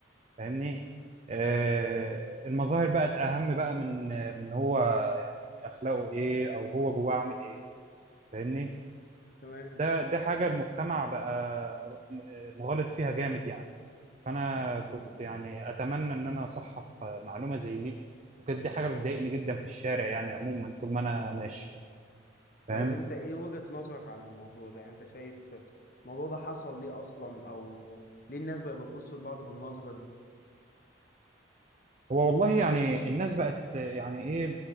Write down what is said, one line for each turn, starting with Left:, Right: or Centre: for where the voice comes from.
Right: فاهمني آه، المظاهر بقت اهم بقى من من هو يعني اخلاقه ايه او هو جواه عامل ايه فاهمني
Left: تمام
Right: ده ده حاجة المجتمع بقى مغالط فيها جامد يعني فأنا
Left: تمام
Right: كنت يعني أتمنى إن أنا أصحح معلومة زي دي وكانت دي حاجة بتضايقني جدا في الشارع يعني عموما طول ما أنا ماشي فاهم
Left: طيب انت ايه وجهة نظرك عن الموضوع ده يعني انت شايف الموضوع ده حصل ليه اصلا او ليه الناس بقت بتبص لبعض بالنظرة دي
Right: هو والله يعني الناس بقت يعني ايه